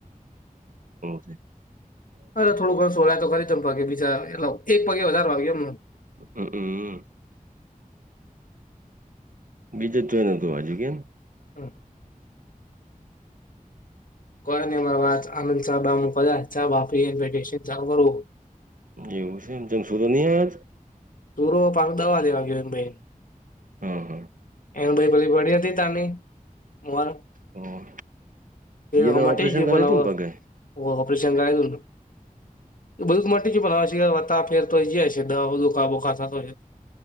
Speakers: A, on the right; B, on the left.
A: <unintelligible>
B: અરે થોડું ઘણ સોલાય તો ખરી તમ પગે બીજા એટલે એક પગે વધારે વાગ્યુ એમને
A: હમ્મ અ બીજે ચોઈ નોતુ વાજયુ કેમ
B: હમ્મ <unintelligible> ચાલુ કરુ
A: જેવુ સે ને <unintelligible>
B: દોરો પાન દવા લેવા ગ્યો એની પંઈ
A: હમ્મ-હમ્મ.
B: એને ભાઈ પલી પડી હતી તાની, <unintelligible>
A: હા
B: એન
A: ઈયોને
B: અવ મટી
A: ઓપરેશન
B: ગ્યુ
A: કરાયું
B: પણ અવ
A: તું ને પગે
B: ઓ ઓપરેશન કરાયુ તુ તો બધુ તો મટી ગયુ પણ અવ <unintelligible> તા ફેર તોઈ જયા અસે દવા <unintelligible>